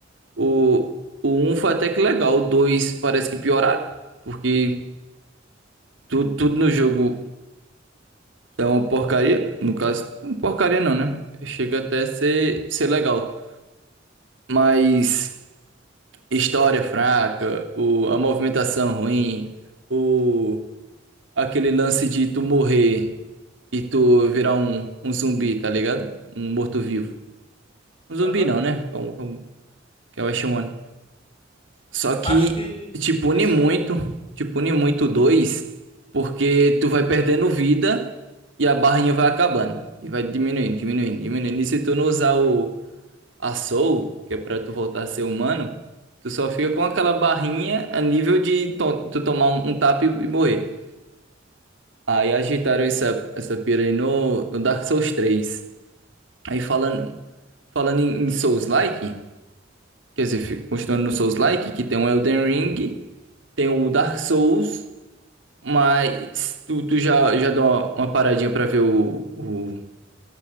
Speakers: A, on the right; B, on the left.
A: O, o um foi até que legal. O 2 parece que pioraram. Porque tudo, tudo no jogo é uma porcaria. No caso, porcaria não, né? Chega até a ser, ser legal. Mas. história fraca, o, a movimentação ruim, o, aquele lance de tu morrer e tu virar um, um zumbi, tá ligado? Um morto-vivo. Um zumbi
B: Aham.
A: não, né? Como, como que eu chamando. Só que
B: Acho que
A: te pune
B: isso.
A: muito, te pune muito o dois, porque tu vai perdendo vida e a barrinha vai acabando. E vai diminuindo, diminuindo, diminuindo. E se tu não usar o, a Soul, que é pra tu voltar a ser humano, tu só fica com aquela barrinha a nível de to- tu tomar um, um tapa e, e morrer. Aí ajeitaram essa, essa pira aí no, no Dark Souls três Aí falando, falando em, em Souls-like, quer dizer, fi- continuando no Souls-like, que tem um Elden Ring, tem o Dark Souls, mas tu, tu já, já deu uma, uma paradinha pra ver o, o,